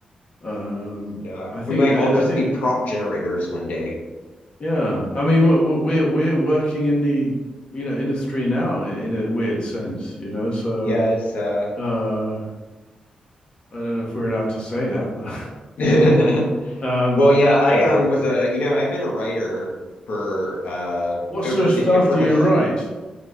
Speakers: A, on the left; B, on the left.
A: um,
B: Yeah.
A: I think
B: We might
A: I,
B: all just
A: I think
B: be prop generators one day.
A: yeah, I mean we're we're working in the you know industry now in, in a weird sense, you know. So
B: Yeah, it's uh
A: uh, I don't know if we're allowed to say that, but
B: <laughs>
A: <laughs> um,
B: Well, yeah, I
A: yeah.
B: um was a, you know, I've been a writer for uh
A: What
B: over
A: sort of
B: 10
A: stuff
B: years, professional
A: do you write?